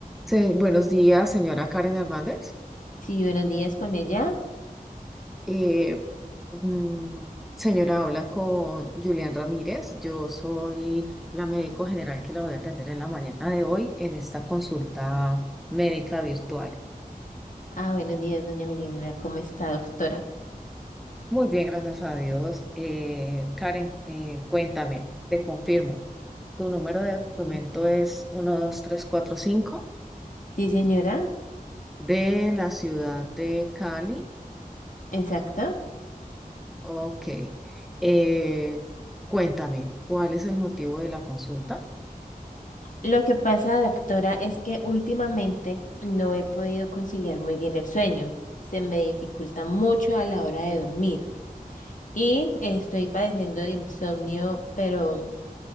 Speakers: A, in the centre; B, on the left.
A: Se- buenos días, señora Karen Hernández.
B: Sí, buenos días con ella.
A: Eh, mm, señora, habla con Julián Ramírez. Yo soy la médico general que la voy a atender en la mañana de hoy en esta consulta médica virtual.
B: Ah, buenos días, doña Juliana. ¿Cómo está, doctora?
A: Muy bien, gracias a Dios. Eh, Karen, eh, cuéntame, te confirmo. Tu número de documento
B: Sí,
A: es 12345
B: Sí, señora.
A: de la ciudad de Cali.
B: Exacto.
A: Ok. Eh, Cuéntame, ¿cuál es el motivo de la consulta?
B: Lo que pasa, doctora, es que últimamente no he podido conciliar muy bien el sueño. Se me dificulta mucho a la hora de dormir y estoy padeciendo de insomnio, pero, o